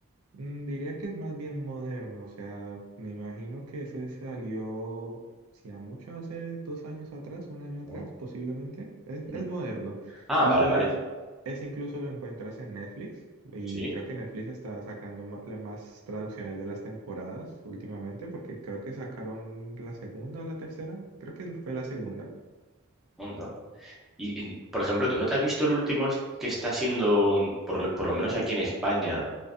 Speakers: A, on the right; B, in the centre.
A: Mm, Diría que es más bien moderno, o sea, me imagino que ese salió, si a mucho, hace dos años atrás, un año
B: ¿no?
A: atrás, posiblemente. Es,
B: ¿Mm?
A: es moderno.
B: Ah,
A: Y
B: vale, vale.
A: es, ese incluso lo encuentras en Netflix. Y
B: Sí,
A: creo que Netflix está sacando ma- la- más traducciones de las temporadas últimamente, porque creo que sacaron la segunda o la tercera. Creo que fue la segunda.
B: onda. Y, y, por ejemplo, ¿tú no te has visto el último est- que está siendo, mm, por, lo por lo menos aquí en España,